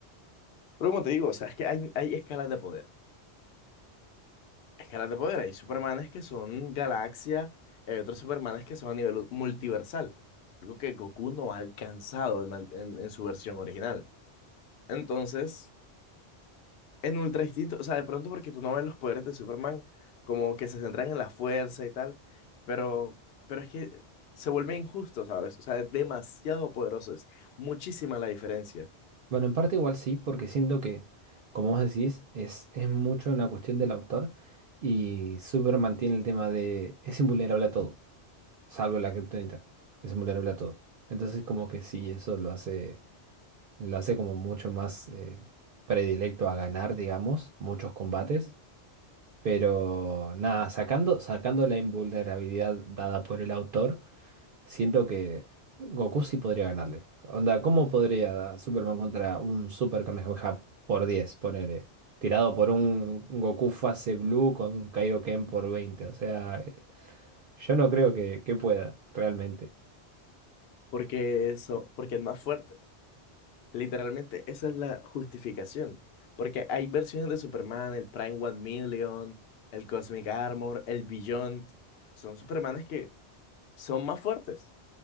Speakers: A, on the left; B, on the right.
A: Pero como te digo, o sea, es que hay, hay escalas de poder. Escalas de poder. Hay Supermanes que son galaxia, hay otros Supermanes que son a nivel multiversal. Algo que Goku no ha alcanzado en, al- en en su versión original. Entonces... en Ultra Instinto, o sea, de pronto porque tú no ves los poderes de Superman como que se centran en la fuerza y tal, pero, pero es que se vuelve injusto, ¿sabes? O sea, es demasiado poderoso, es muchísima la diferencia,
B: Bueno, en parte igual sí, porque siento que, como vos decís, es, es mucho una cuestión del autor y Super mantiene el tema de es invulnerable a todo, salvo la kriptonita, es invulnerable a todo. Entonces como que sí, eso lo hace, lo hace como mucho más eh, predilecto a ganar, digamos, muchos combates, pero nada, sacando, sacando la invulnerabilidad dada por el autor. Siento que Goku sí podría ganarle. Onda, ¿cómo podría Superman contra un Super Kamehameha por 10, ponele? Tirado por un Goku fase blue con Kaioken por 20? O sea, eh, yo no creo que, que pueda, realmente.
A: porque eso, porque es más fuerte. Literalmente, esa es la justificación, porque hay versiones de Superman, el Prime One Million, el Cosmic Armor, el Beyond, son Supermanes que son más fuertes.